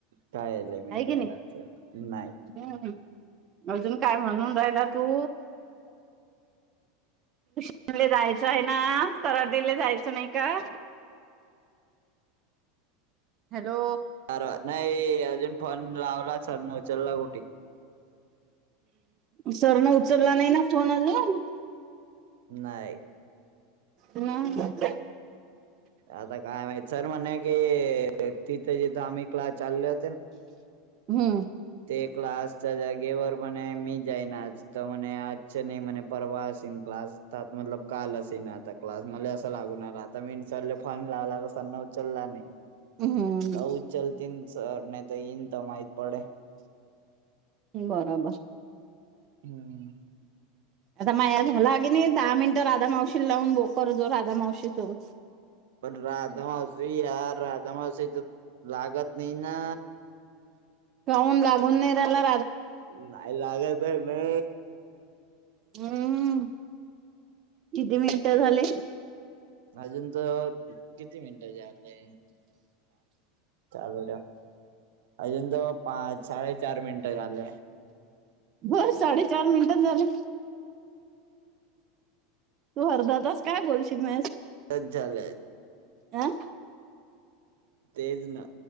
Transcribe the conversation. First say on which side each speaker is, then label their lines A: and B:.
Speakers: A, on the right (about 70°); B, on the right (about 40°).
A: काय झालंय मी
B: आहे
A: काय
B: की नाही
A: घालते नाही.
B: हम्म अजून काय म्हणून राहिला तू? टूशनले जायचं आहे ना कराटेला जायचं नाही का? हॅलो
A: अर नाही अजून फोन लावला सर न उचलला कुठे?
B: सरन उचलला नाही ना फोन अजून?
A: नाय.
B: <inaudible>
A: आता काय माहिती सर म्हणे की अ तिथे जिथं आम्ही क्लास चाले
B: हम्म
A: ते क्लासच्या जागेवर म्हणे मी जाईन आज तर म्हणे आजच नाही म्हणे परवा असन क्लास त मतलब काल असीन आता क्लास मला असं लागून आला आता मी चल फोन लावला तर सरनं उचलला नाही.
B: हम्म
A: त उचलतीन सर नय् <unintelligible> पड
B: बरोबर.
A: हम्म.
B: आता माया झाला की, नाही दहा मिनिटं राधा मावशीला लावून बो करतो, राधा मावशी सोबत.
A: पण राधामावशी या राधामावशी. ज लागत नाही ना.
B: काहून लागून नाही राला.
A: नाही लागतय. मे.
B: हम्म किती मिनिटं झाले.
A: अजून त किती मिनिटं झाले, चालू द्या अजून त पाच साडेचार मिनिट झालेय.
B: बरं साडेचार मिनिटात झाले. तू हरदादास काय बोलशील म
A: टच झालं.
B: आं
A: तेच ना